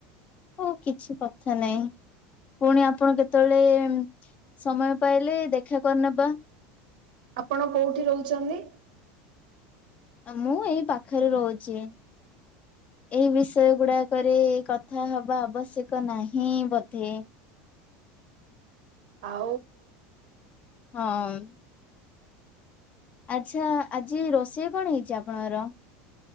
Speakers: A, on the left; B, on the right.
A: ହଉ କିଛି କଥା ନାହିଁ ପୁଣି ଆପଣ କେତେବେଳେ। ସମୟ ପାଇଲେ ଦେଖା କରିନେବା।
B: ଆପଣ କୋଉଠି ରହୁଛନ୍ତି?
A: ମୁଁ ଏଇ ପାଖରେ ରହୁଛି। ଏଇ ବିଷୟ ଗୁଡାକରେ କଥା ହବା ଆବଶ୍ୟକ ନାହିଁ ବୋଧେ?
B: ଆଉ।
A: ହଁ। ଆଚ୍ଛା ଆଜି ରୋଷେଇ କଣ ହେଇଛି ଆପଣଙ୍କର?